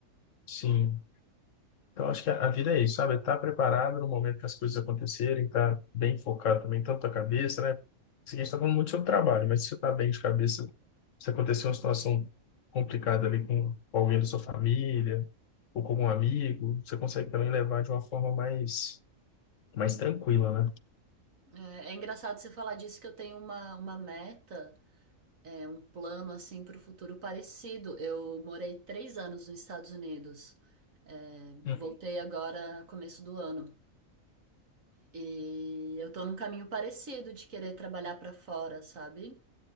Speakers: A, on the left; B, on the right.
A: sim. Então, acho que a, a vida é isso, sabe? Estar tá preparado no momento que as coisas acontecerem, estar tá bem focado também, tanto a cabeça, né? Assim, a gente está falando muito sobre trabalho, mas se você está bem de cabeça, se acontecer uma situação complicada ali com com alguém da sua família, ou com algum amigo, você consegue também levar de uma forma mais, mais tranquila, né?
B: É, é engraçado você falar disso que eu tenho uma, uma meta. É um plano assim para o futuro parecido. Eu morei três anos nos Estados Unidos. É,
A: Uhum,
B: voltei agora começo do ano. E eu tô num caminho parecido de querer trabalhar para fora, sabe?